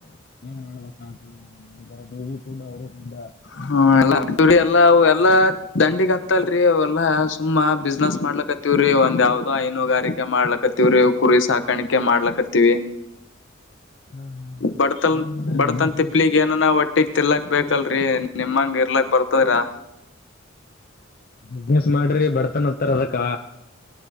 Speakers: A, on the left; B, on the left.
A: ಏನ್ ಮಾಡ್ಬೇಕಾರೆ ದೇವಿ ಕುಡ್ಡ ಅವರು ಕುಡ್ಡ
B: ಹ್ಮ ಎಲ್ಲ ಅದುರಿ ಎಲ್ಲಾ ಅವ ಎಲ್ಲಾ ದಂಡಿಗ್ ಹತ್ತಲ್ರಿ ಅವೆಲ್ಲಾ ಸುಮ್ಮ ಬಿಸ್ನೆಸ್ ಮಾಡ್ಲಕ್ತ್ ತ್ತವ್ರೀ ಒಂದ್ ಯಾವ್ದೋ ಹೈನುಗಾರಿಕೆ ಮಾಡ್ಲಕತ್ತೀವ್ರೀ ಕುರಿ ಸಾಕಾಣಿಕೆ ಮಾಡ್ಲಕತ್ತೀವಿ
A: ಹಾ ಹಾ ಹಾ
B: ಬಡತನ್
A: ಹೆಂಗ್ ನಡದಾರಿ
B: ಬಡತನ್
A: ಬಿಸ್ನೆಸ್
B: ತಿಪ್ಪಲಿ
A: ಅದು
B: ಈ ಏನ ನಾವ ಹೋಟ್ಟಿಗ್ ತಿನ್ಲಕ್ ಬೇಕಲ್ರಿ ನಿಮ್ಮಂಗ ಇರ್ಲಕ್ ಬರ್ತದರೀ
A: ಬಿಸ್ನೆಸ್ ಮಾಡ್ರಿ ಬರ್ತನ್ ಅತ್ತಾರ ಅದಕ್ಕ